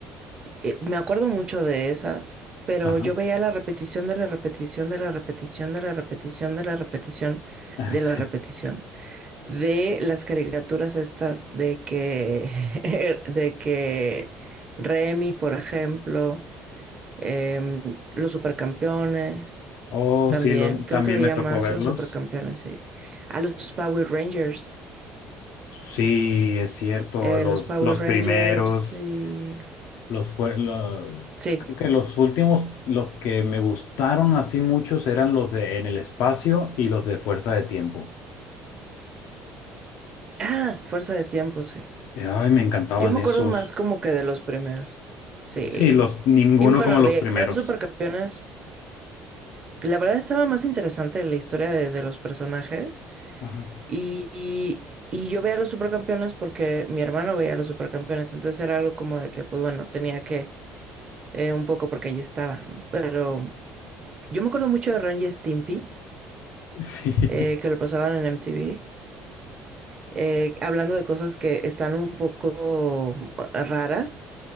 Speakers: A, on the right (about 30°); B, on the left (about 75°).
A: Eh, Me acuerdo mucho de esas, pero
B: ajá,
A: yo veía la repetición de la repetición de la repetición de la repetición de la repetición
B: <laughs>
A: de
B: sí.
A: la repetición de las caricaturas estas de que <laughs> de que Remy, por ejemplo, em, los Supercampeones
B: Oh,
A: también.
B: sí, los,
A: Creo
B: también
A: que veía
B: me tocó
A: más
B: verlos.
A: los Supercampeones y a los Power Rangers,
B: Sí, es cierto,
A: eh,
B: los,
A: los Power
B: los
A: Rangers
B: primeros,
A: y
B: los fue, lo-
A: sí.
B: creo que los últimos, los que me gustaron así muchos eran los de En el Espacio y los de Fuerza de Tiempo.
A: Ah, Fuerza de Tiempo, sí.
B: Ay, me encantaban
A: Yo me
B: esos.
A: acuerdo más como que de los primeros. Sí.
B: Sí, los, ninguno
A: Y bueno,
B: como los
A: veía
B: primeros.
A: Supercampeones. La verdad estaba más interesante la historia de, de los personajes.
B: Ajá.
A: Y, y- y yo veía los Supercampeones porque mi hermano veía los Supercampeones. Entonces era algo como de que, pues bueno, tenía que eh, un poco porque allí estaba, ¿no? Pero yo me acuerdo mucho de Ren y Stimpy,
B: Sí.
A: eh,
B: <laughs>
A: que lo pasaban en MTV, eh, hablando de cosas que están un poco raras.